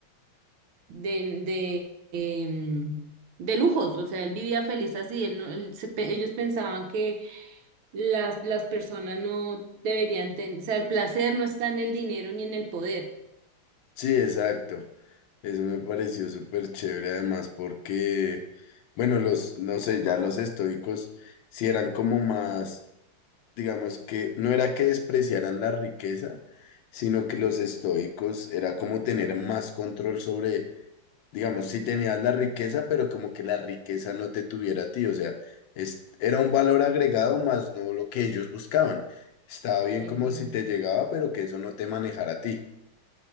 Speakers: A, on the right (about 75°); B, on the left (about 70°).
A: de, de, em, de lujos. O sea, él vivía feliz así. Él no- él se pe- ellos pensaban que las, las personas no deberían tener, o sea, el placer no está en el dinero ni en el poder.
B: Sí, exacto. Eso me pareció súper chévere además porque, bueno, los, no sé, ya los estoicos sí eran como más digamos que no era que despreciaran la riqueza, sino que los estoicos era como tener más control sobre, digamos, si tenías la riqueza, pero como que la riqueza no te tuviera a ti, o sea, es, era un valor agregado más no lo que ellos buscaban. Estaba bien
A: Exacto.
B: como si te llegaba, pero que eso no te manejara a ti.